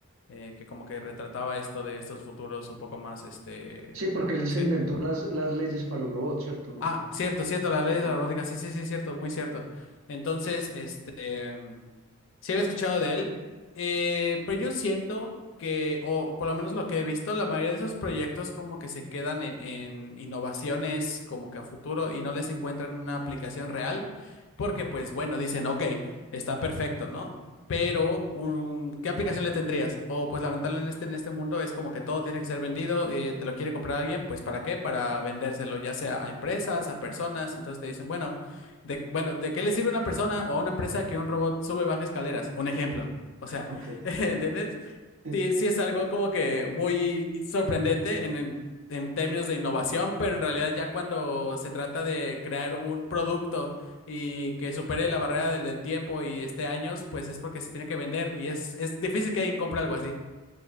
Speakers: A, on the left; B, on the right.
A: eh, que como que retrataba esto de estos futuros un poco más, este,
B: Sí, porque él
A: sí.
B: se inventó las, las leyes para los robots, ¿cierto?
A: Ah, cierto, cierto, la ley
B: <laughs>
A: de la robótica, sí, sí, sí, cierto, muy cierto. Entonces, este, Sí había escuchado de él, eh, pero yo siento que, o por lo menos lo que he visto, la mayoría de esos proyectos como que se quedan en, en innovaciones como que a futuro y no les encuentran una aplicación real, porque pues bueno, dicen, ok, está perfecto, ¿no? Pero, um, ¿qué aplicación le tendrías? O pues lamentablemente en este, en este mundo es como que todo tiene que ser vendido, eh, te lo quiere comprar alguien, pues ¿para qué? Para vendérselo, ya sea a empresas, a personas, entonces te dicen, bueno. De, bueno, ¿de qué le sirve a una persona o a una empresa que un robot sube y baja escaleras? Un ejemplo. O sea,
B: Ok.
A: <laughs> ¿entiendes?
B: <laughs>
A: Sí, sí es algo como que muy sorprendente en, en- en términos de innovación, pero en realidad ya cuando se trata de crear un producto y que supere la barrera del, del tiempo y esté años, pues es porque se tiene que vender y es, es difícil que alguien compre algo así.